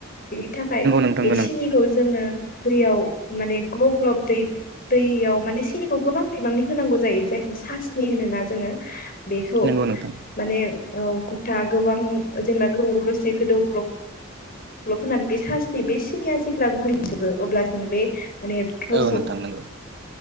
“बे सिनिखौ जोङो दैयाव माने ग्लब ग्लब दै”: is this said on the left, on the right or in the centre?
Left